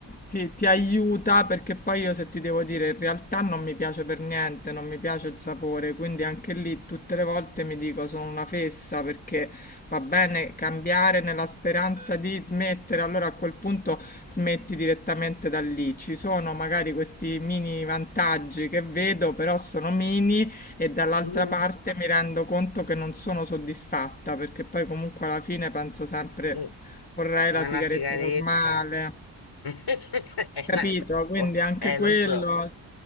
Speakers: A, on the left; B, on the left.
A: ti, ti aiuta perché poi io se ti devo dire in realtà non mi piace per niente, non mi piace il sapore, quindi anche lì tutte le volte mi dico sono una fessa perché va bene cambiare nella speranza di smettere, allora a quel punto smetti direttamente da lì. Ci sono magari questi mini vantaggi che vedo, però sono mini e dall'altra
B: mm,
A: parte mi rendo conto che non sono soddisfatta perché poi comunque alla fine penso sempre
B: mm,
A: vorrei la
B: Ma
A: sigaretta
B: una sigaretta
A: normale.
B: <laughs> è
A: Capito,
B: un'altra
A: quindi
B: cosa.
A: anche
B: Eh,
A: quello,
B: lo so.